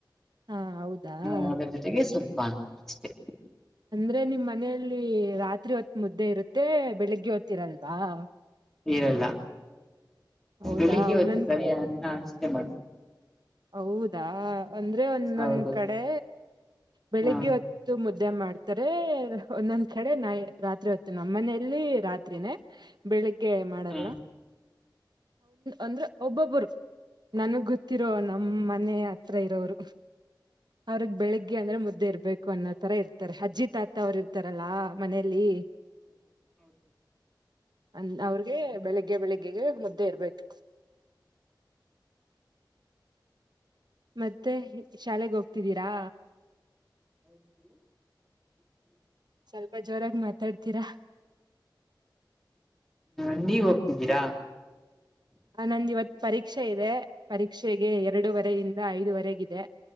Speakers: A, on the right (about 60°); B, in the centre.
A: ಹಾ ಹೌದಾ
B: ಹಾ ಅದ್ರ ಜೊತೆಗೆ ಸ್ವಲ್ಪ ಅನ್ನ ಅಷ್ಟೇ
A: ಅಂದ್ರೆ ನಿಮ್ಮ್ ಮನೆಯಲ್ಲಿ ರಾತ್ರಿ ಹೊತ್ತು ಮುದ್ದೆ ಇರುತ್ತ ಮತ್ತೆ ಬೆಳಗ್ಗೆ ಹೊತ್ತುಇರಲ್ಲ ಹಾ
B: ಇರಲ್ಲ
A: ಹೌದಾ
B: ಬೆಳಿಗ್ಗೆ
A: ಒಂದೊಂದ್
B: ಹೊತ್ತು ಬರೆ
A: ಕ
B: ಅನ್ನ ಅಷ್ಟೇ <inaudible>
A: ಹೌದಾ ಅಂದ್ರೆ ಒಂದೊಂದ
B: ಹೌದು
A: ಕಡೆ ಬೆಳಿಗ್ಗೆ
B: ಹಾ
A: ಹೊತ್ತು ಮುದ್ದೆ ಮಾಡ್ತಾರೆ ಒಂದೊಂದ್ ಕಡೆ ನಾ ರಾತ್ರಿ ಹೊತ್ತು ನಮ್ಮ ಮನೆಯಲ್ಲಿ ರಾತ್ರಿನೇ ಬೆಳಿ ಗೆ ಮಾಡಲ್ಲ
B: ಹ
A: ಅಂದ್ರೆ ಒಬ್ಬೊಬ್ಬರು ನನಗ್ ಗೊತ್ತಿ ನಮ್ ಮನೆ ಹತ್ರ ಇರೋರಗೆ ಬೆಳಿಗ್ಗೆ ಅಂದ್ರೆ ಮುದ್ದೆ ಇರ್ಬೇಕು ಅನ್ನೋ ತರ ಇರ್ತಾರೆ ಅಜ್ಜಿ ತಾತ ಅವರು ಇರ್ತಾರಲ್ಲಾ ಮನೇಲಿ
B: <inaudible>
A: ಅ ಅವ್ರಗೆ ಬೆಳಿಗ್ಗೆ ಬೆಳಿಗ್ಗೆಗೆ ಮುದ್ದೆ ಇರ್ಬೇಕು ಮತ್ತೆ ಶಾಲೆೆಗೆ ಹೋಗ್ತಿದ್ದೀರಾ
B: <inaudible>
A: ಸ್ವಲ್ಪ ಜೋರಾಗಿ ಮಾತಾಡ್ತೀರಾ
B: ಹ ನೀವ್ ಹೋಗ್ತಿದ್ದೀರಾ
A: ಆ ನಂದು ಇವತ್ ಪರೀಕ್ಷೆ ಇದೆ ಪರ ಶಕ್ಷೆಗೆ ಎರಡೂವರೆ ಇಂದ ಐದುವರೆಗಿದೆ